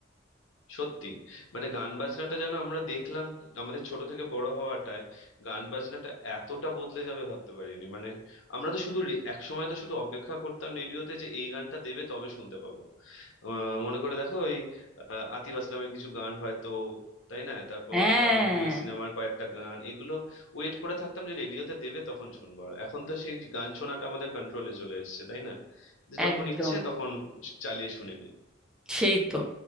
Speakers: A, on the left; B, in the centre.
A: সত্যি মানে গান বাজনাটা যেন আমরা দেখলাম আমাদের ছোট থেকে বড় হওয়াটায় গান বাজনাটা এতটা বদলে যাবে ভাবতে পারিনি মানে আমরা তো শুধু রে- এক সময় তো শুধু অপেক্ষা করতাম রেডিওতে যে এই গানটা দেবে তবে শুনতে পাবো আহ, মনে করে দেখো ওই আহ, আতিফ আসলামের কিছু গান হয়তো তাই না তারপর
B: হ্যাঁ
A: দাবাং টু এর সিনেমার কয়েকটা গান এগুলো ওয়েট করে থাকতাম যে রেডিওতে দেবে তখন শুনবো আর এখন তো সেই গান শোনাটা আমাদের কন্ট্রোলে চলে এসেছে তাই না যে
B: যখন
A: যখন
B: একদম
A: ইচ্ছে তখন চালিয়ে শুনে নি
B: সেই তো